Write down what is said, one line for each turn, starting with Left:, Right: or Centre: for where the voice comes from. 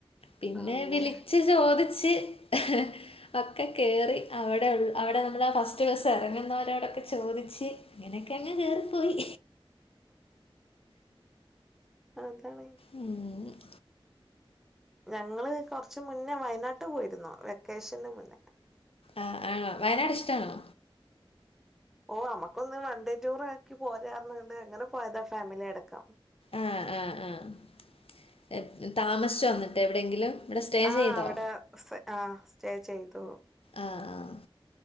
Left: പിന്നെ
Centre: ആണല്ലേ
Left: വിളിച്ചു ചോദി <unintelligible> ഒക്കെ കേറി അവിടെ അവിടെ <unintelligible> അവിടെ നമ്മൾ ആ ഫസ്റ്റ് ബസ് ഇറങ്ങുന്നവരോടൊക്കെ ചോദിച്ച് അങ്ങനെക്കെ അങ്ങ് കേറിപ്പോയി
Centre: അതാണ്
Left: ഉം.
Centre: ഞങ്ങള് കൊറച്ച് മുന്നേ വയനാട്ട് പോയിരുന്നു വെക്കേഷന് മുന്നേ
Left: ആ ആണോ വയനാട് ഇഷ്ടാണോ
Centre: ഓ നമുക്കൊന്ന് വൺ ഡേ ടൂർ ആക്കി പോരാന്നണ്ട് അങ്ങനെ പോയതാ ഫാമിലി അടക്കം
Left: ആഹ് ആഹ് ആഹ് <unintelligible> താമസിച്ചോ അന്നിട്ട് എവിടെയെങ്കിലും ഇവിടെ സ്റ്റേ
Centre: ആഹ്
Left: ചെയ്തോ
Centre: അവിടെ <unintelligible> ആഹ് സ്റ്റേ ചെയ്തു
Left: ആഹ്